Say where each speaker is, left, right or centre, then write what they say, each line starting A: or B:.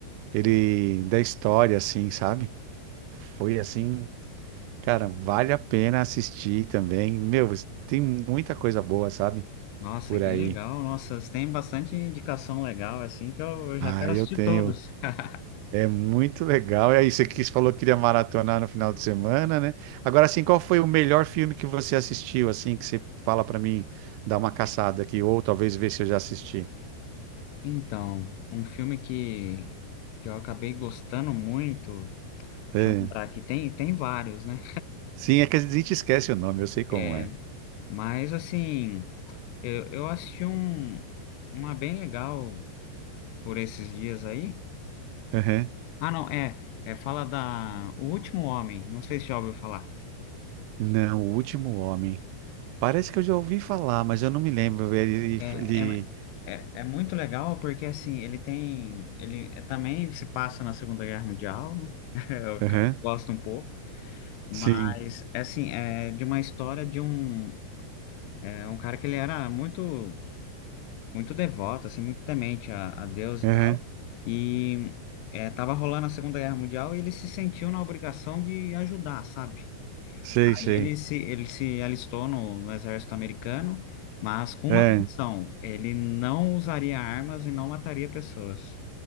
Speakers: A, on the right; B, on the left.
A: ele da história, assim, sabe? Foi assim, cara, vale a pena assistir também. Meu, tem muita coisa boa, sabe?
B: Nossa,
A: Por
B: que
A: aí.
B: legal. Nossa, tem bastante indicação legal, assim, que eu, eu
A: Ah,
B: já quero
A: eu
B: assistir
A: tenho.
B: todos. <laughs>
A: É muito legal. E aí, você quis, falou que iria maratonar no final de semana, né? Agora, assim, qual foi o melhor filme que você assistiu, assim, que você fala pra mim dar uma caçada aqui, ou talvez ver se eu já assisti?
B: Então, um filme que, que eu acabei gostando muito, deixa
A: É.
B: eu lembrar aqui, tem, tem vários, né?
A: Sim, é que a gente esquece o nome, eu sei como
B: É,
A: é.
B: Mas, assim, eu, eu assisti um, uma bem legal por esses dias aí.
A: Uhum.
B: Ah, não, é, é fala da O Último Homem, não sei se já ouviu falar.
A: Não, O Último Homem. Parece que eu já ouvi falar, mas eu não me lembro. Ele...
B: É,
A: ele...
B: é, é, é muito legal porque assim ele tem ele é, também se passa na Segunda Guerra Mundial, né? <laughs> Eu
A: Uhum.
B: ca- gosto um pouco, mas
A: Sim.
B: assim é de uma história de um é, um cara que ele era muito muito devoto, assim muito temente a, a Deus
A: Uhum.
B: e tal, e é, tava rolando a Segunda Guerra Mundial e ele se sentiu na obrigação de ajudar, sabe?
A: Sei,
B: Aí
A: sei.
B: ele se, ele se alistou no, no exército americano, mas com
A: É.
B: uma condição, ele não usaria armas e não mataria pessoas.